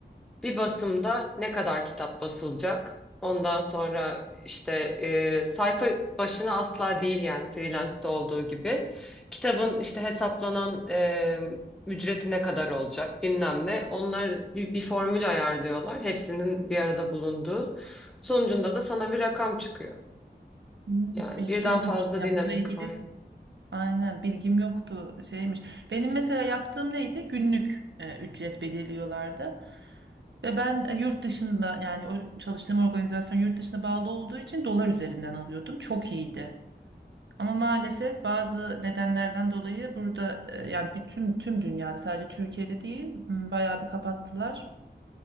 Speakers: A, in the centre; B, on the right.
A: Bir basımda ne kadar kitap basılacak? Ondan sonra işte e, sayfa başına asla değil yani freelance'de olduğu gibi. Kitabın işte hesaplanan e, ücreti ne kadar olacak bilmem ne. Onlar bir, bir formül ayarlıyorlar. Hepsinin bir arada bulunduğu. Sonucunda da sana bir rakam çıkıyor.
B: Hmm,
A: Yani
B: hiç
A: birden
B: duymamıştım.
A: fazla
B: ya
A: dinamik
B: bununla ilgili
A: var.
B: Aynen bilgim yoktu şeymiş. Benim mesela yaptığım neydi? Günlük e, ücret belirliyorlardı. Ve ben e, yurt dışında yani o çalıştığım organizasyon yurt dışına bağlı olduğu için dolar üzerinden alıyordum. Çok iyiydi. Ama maalesef bazı nedenlerden dolayı burada e, yani bütün tüm dünyada sadece Türkiye'de değil m, bayağı bir kapattılar.